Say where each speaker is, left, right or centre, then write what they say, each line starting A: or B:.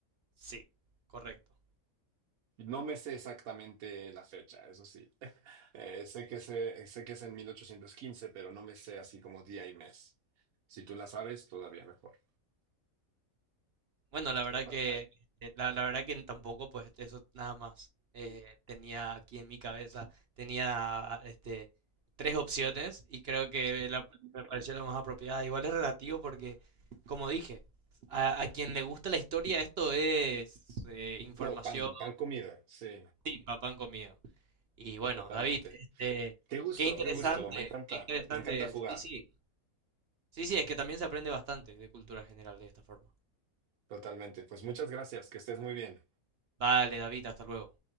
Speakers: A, on the right; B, on the right.
A: Sí, correcto.
B: No me sé exactamente la fecha, eso sí. Eh, sé que se- sé que es en 1815, pero no me sé así como día y mes. Si tú la sabes, todavía mejor.
A: Bueno, la verdad
B: La batalla.
A: que eh, la, la verdad que tampoco pues eso nada más eh, tenía aquí en mi cabeza tenía este tres opciones y creo que la- me pareció la más apropiada. Igual es relativo porque como dije, a, a quien le gusta la historia esto es eh, información
B: No, pan, pan comido, sí,
A: y papán comido. Y bueno,
B: totalmente.
A: David, este
B: Qué gusto,
A: qué interesante,
B: qué gusto. Me encanta,
A: qué interesante.
B: me encanta jugar.
A: Sí, sí. Sí, sí, es que también se aprende bastante de cultura general de esta forma.
B: Totalmente. Pues muchas gracias. Que estés muy bien.
A: Vale, David, hasta luego.